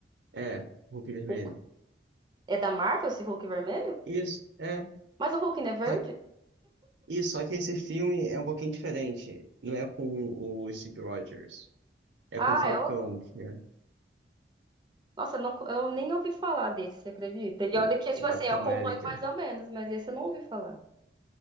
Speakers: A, on the right; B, on the right.
A: É, Hulk Vermelho.
B: Hulk- É da Marvel esse Hulk vermelho?
A: Isso, é.
B: Mas o Hulk não é verde?
A: Só, que- isso, só que esse filme é um pouquinho diferente. Não é com o Steve Rogers, é
B: Ah,
A: com o Falcão,
B: eu.
A: que é
B: Nossa, não, eu nem ouvi falar desse, você acredita? E
A: o,
B: olha que, tipo
A: o Capitão
B: assim, eu acompanho
A: América.
B: mais ou menos, mas esse eu não ouvi falar.